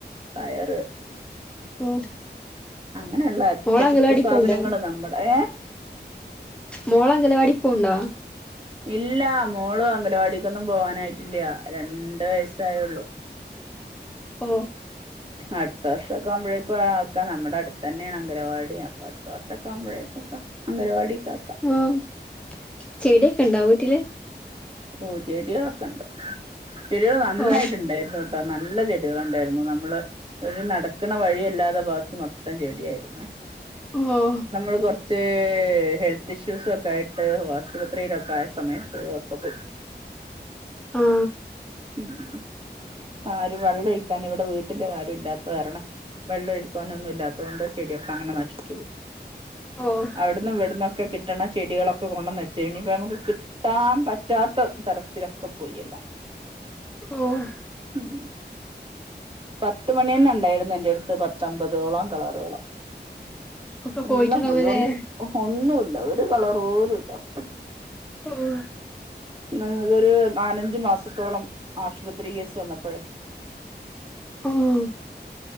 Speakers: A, on the right (about 30°); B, in the centre.
A: പയറ്,
B: ഓ
A: അങ്ങനെയുള്ള അറ്റകുറ്റ
B: മോള് അംഗലവാടി
A: സാധനങ്ങള്
B: പോവ്ണ്ടോ
A: നമ്മടെ ഏഹ്
B: മോള അങ്കലാവാടിയി പ്പോണ്ടോ?
A: ഇല്ല മോളു അംഗലവാടിക്കൊന്നും പോവാനായിട്ടില്ല രണ്ട് വയസ്സായുള്ളു.
B: ഓഹ്
A: അടുത്ത വർഷമൊക്കെ ആവുമ്പോഴേക്കാക്കെ നമ്മുടെ അടുത്തു തന്നെയാണ് അംഗരവാടി അപ്പൊ അടുത്ത വർഷമൊക്കെ ആവുമ്പോഴേക്കൊക്കെ. അങ്ങരവാടി കാക്ക.
B: ആഹ് ചെടിക്കെ ഇണ്ടോ വീട്ടില്.
A: ഓഹ് ചെടികളൊക്കെണ്ട് ചെടികൾ നന്നായിട്ടുണ്ടായിന്നു.
B: ഓ
A: നല്ല ചെടികൾ ഉണ്ടായിരുന്നു നമ്മള്. ഒരു നടക്കണ വഴി അല്ലാതെ ബാക്കി മൊത്തം ചെടിയായിരുന്നു.
B: ആഹ്
A: നമ്മൾ കുറച്ച്ഹെൽത്ത് ഇഷ്യൂസൊക്കെ ആയിട്ട് ആശുപത്രിയിലൊക്കെ ആയ സമയത്ത് അ പ്പൊ പോയി
B: ആ
A: ഉം ഉം ആരു വെള്ളഴിക്കാൻ ഇവിടെ വീട്ടില് ആരു ഇല്ലാത്ത കാരണം വെള്ളഴിക്കാന് ഒന്നും ഇല്ലാത്തതൊണ്ട് ചെടിയൊക്കെ അങ്ങനെ നശിച്ചു പോയി
B: ഓഹ്
A: അവടുന്നും ഇവടുന്നൊക്കെ കിട്ടണ ചെടികളൊക്കെ കൊണ്ടന്ന് വെച്ച് ഇനി ഇപ്പനമുക്ക് കിട്ടാൻ പറ്റ റ്റാത്ത തരത്തിലൊക്കെ പോയി എല്ലാം
B: ഓഹ്
A: ഉം പത്ത് മണിന്നെണ്ടായിര്ന്നു എന്റെട്ത്ത് പത്തമ്പതോളം കളറോളം
B: ഒക്കെ
A: എല്ലാം
B: പോയിട്ടുണ്ടാവുല്ലേ
A: പോയി ഒ ഒന്നുവില്ല ഒരു കളറ് പോലു ഇല്ല <inaudible>
B: <unintelligible>
A: നങ്ങക്കൊരു നാലഞ്ച് മാസത്തോളം ആശുപത്രി കേസ് വന്നപ്പഴേ
B: ആഹ്